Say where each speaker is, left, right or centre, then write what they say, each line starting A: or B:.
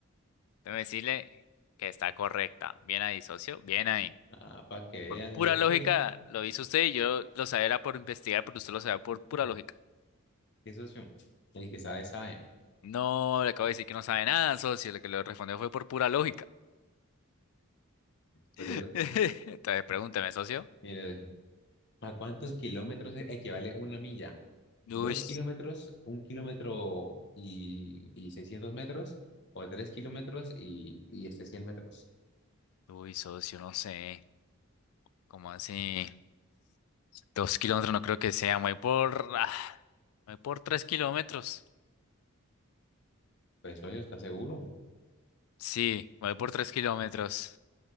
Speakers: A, on the left; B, on the left.
A: Déjame decirle que está correcta. Bien ahí, socio, bien ahí.
B: Ah, para que veas.
A: Pura
B: Es
A: lógica,
B: que,
A: lo hizo usted y yo lo sabía era por investigar, pero usted lo sabía por pura lógica.
B: qué socio. El que sabe, sabe.
A: No, le acabo de decir que no sabe nada, socio. Lo que le respondió fue por pura lógica.
B: Por
A: <laughs>
B: eso,
A: Entonces, pregúnteme, socio.
B: mire, ¿a cuántos kilómetros equivale una milla?
A: Uy,
B: dos kilómetros, un kilómetro y, y 600 metros, o tres kilómetros y, y este 100 metros.
A: uy, socio, no sé. Como así, dos kilómetros no creo que sea. Me voy por, ah, me voy por tres kilómetros.
B: Pues, socio, ¿estás seguro?
A: Sí, me voy por tres kilómetros.